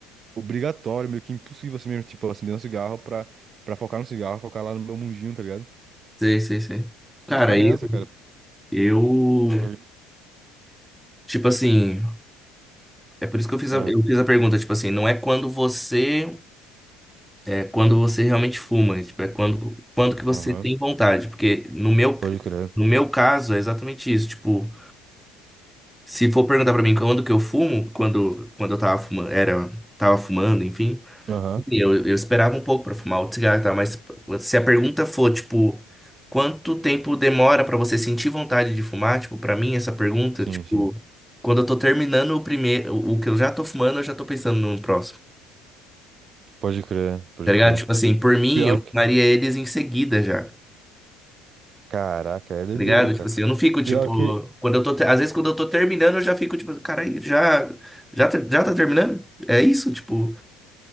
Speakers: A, on the right (about 40°); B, in the centre.
A: obrigatório, meio que impossível assim mesmo, tipo, acender um cigarro pra, pra focar no cigarro, focar lá no meu mundinho, tá ligado?
B: Sei, sei, sei. Cara,
A: E ficar nessa,
B: eu,
A: cara. porque
B: eu,
A: aí-
B: tipo assim, é por isso que eu fiz
A: Ah,
B: a, eu fiz a pergunta, tipo assim, não é quando você, é quando você realmente fuma, né? tipo, é quando, quando que você
A: Aham.
B: tem vontade, porque no meu,
A: Pode crer.
B: no meu caso é exatamente isso, tipo, Se for perguntar pra mim quando que eu fumo, quando, quando eu tava fumando, era, tava fumando, enfim,
A: Aham.
B: eu, eu esperava um pouco pra fumar outro cigarro, e tal, Mas se a pergunta for, tipo, quanto tempo demora pra você sentir vontade de fumar, tipo, pra mim essa pergunta,
A: Sim,
B: tipo,
A: sim.
B: quando eu tô terminando o primeiro, o que eu já tô fumando, eu já tô pensando no próximo.
A: Pode crer, pode
B: Tá ligado?
A: crer.
B: Tipo assim, por mim,
A: Pior
B: eu
A: que.
B: fumaria eles em seguida já.
A: Caraca, é doideira,
B: tá ligado?
A: cara.
B: Tipo assim, eu não fico, tipo,
A: Pior que.
B: quando eu tô, te- às vezes quando eu tô terminando, eu já fico, tipo, cara, já, já, tá- já tá terminando? É isso, tipo,